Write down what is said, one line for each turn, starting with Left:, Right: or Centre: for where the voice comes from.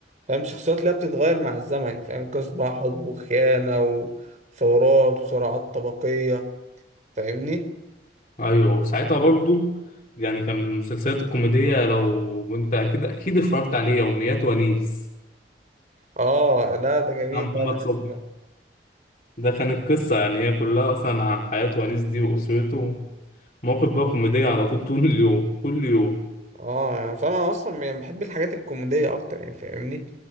Right: فاهم شخصيات اللي هي بتتغير مع الزمن فاهم قصص بقى حب وخيانة وثورات وصراعات طبقية فاهمني
Left: ايوه وساعتها برضو يعني كان من المسلسلات الكوميدية لو انت اكيد اكيد اتفرجت عليه يوميات ونيس
Right: اه لا ده جميل
Left: بتاع محمد
Right: بقى
Left: صبحي
Right: بحب
Left: ده كان القصة يعني هي كلها اصلا عن حياة ونيس دي واسرته مواقف بقى كوميدية على طول طول اليوم كل يوم
Right: اه يعني فانا اصلا يعني بحب الحاجات الكوميديه اكتر يعني فاهمني